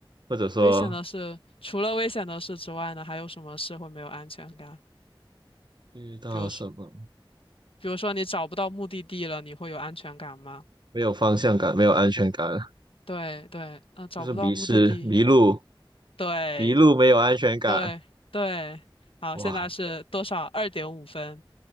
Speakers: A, on the right (about 55°); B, on the left (about 85°).
A: 或者说
B: 危险的事，除了危险的事之外呢，还有什么事会没有安全感？
A: 遇到什么
B: 比如说，比如说你找不到目的地了，你会有安全感吗？
A: 没有方向感、没有安全感，
B: 对对，啊，找不到目的地，
A: 就是迷失、迷路、
B: 对
A: 迷路没有安全感，
B: 对对。好，
A: 哇，
B: 现在是多少？二点五分，